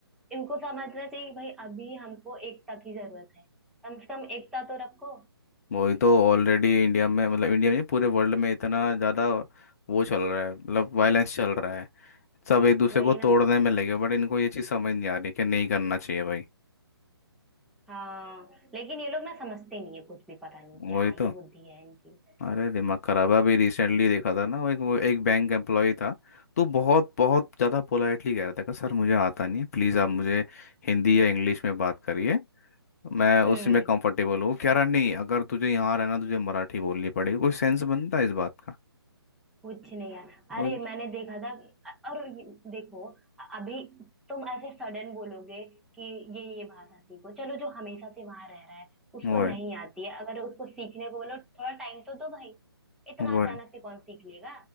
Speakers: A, in the centre; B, on the left.
A: इनको समझना चाहिए कि भाई अभी हमको एकता की जरूरत है कम से कम एकता तो रखो
B: वही तो ऑलरेडी इंडिया में मतलब इंडिया में नहीं, पूरे वर्ल्ड में इतना ज़्यादा वो चल रहा है मतलब वायलेंस चल रहा है सब एक दूसरे
A: वही
B: को तोड़ने
A: ना
B: में लगे बट इनको ये चीज़ समझ नहीं आ रही कि नहीं करना चाहिए भाई
A: हाँ लेकिन ये लोग ना समझते नहीं है कुछ भी पता नहीं क्या
B: वही
A: ही
B: तो
A: बुद्धि है इनकी
B: अरे दिमाग खराब है अभी रिसेंटली देखा था ना वो एक वो एक बैंक एम्प्लॉय था तो बहुत बहुत ज़्यादा पोलाइटली कह रहा था कि सर मुझे आता नहीं है प्लीज़ आप मुझे हिंदी या इंग्लिश में बात करिए मैं
A: हम्म
B: उसी में कंफर्टेबल हूँ कह रहा नहीं अगर तुझे यहाँ रहना तुझे मराठी बोलनी पड़ेगी कोई सेंस बनता है इस बात का
A: कुछ नहीं यार
B: वो
A: अरे मैंने देखा था और ये, देखो अभी तुम ऐसे सडन बोलोगे कि ये ये भाषा सीखो चलो जो हमेशा से वहां रह रहा है उसको
B: वो है
A: नहीं आती है अगर उसको सीखने को बोलो थोड़ा टाइम तो दो भाई इतना
B: वो
A: अचानक
B: है।
A: से कौन सीख लेगा